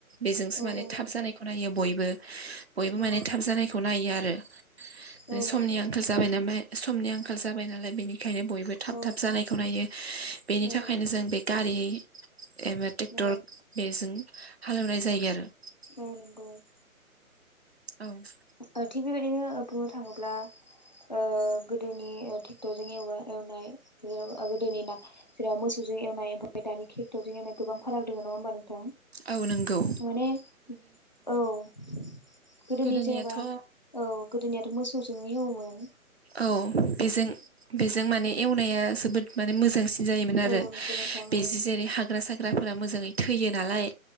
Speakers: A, on the right; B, on the left.
A: बेजोंसो
B: औ
A: माने थाब जानायखौ नायो बयबो बयबो
B: औ
A: माने थाब जानायखौ नायो आरो ।
B: औ
A: ओ समनि
B: नंगौ नोंथां
A: आंखाल जाबाय <unintelligible> समनि आंखाल जाबाय नालाय बेनिखायनो बयबो थाब
B: औ
A: थाब जानायखौ नायो बेनि
B: औ
A: थाखायनो जों बे गारि एबा ट्रेक्टर
B: औ
A: बेजों हालेवनाय जायो आरो ।
B: औ नंगौ ।
A: औ ।
B: ओ थिग बेबायदिनो बुंनो थाङोब्ला ओ गोदोनि ओ ट्रेक्टरजों एवबा एवनाय जेनेवा ओ गोदोनि ना जेनेबा मोसौ जों एवनाय ओमफ्राय दानि ट्रेक्टरजों एवनाय गोबां फाराग दङो नङा होनबा नोंथां?
A: औ नंगौ
B: माने औ । गोदोनि
A: गोदोनियाथ'
B: जेन'बा औ गोदोनियाथ' मोसौजोंनो एवोमोन ।
A: औ बेजों बेजों माने एवनाया जोबोद माने मोजांसिन जायोमोन आरो
B: औ नंगौ नोंथां
A: बेसो
B: औ
A: जेरै हाग्रा साग साग्राफोरा मोजाङै थैयो नालाय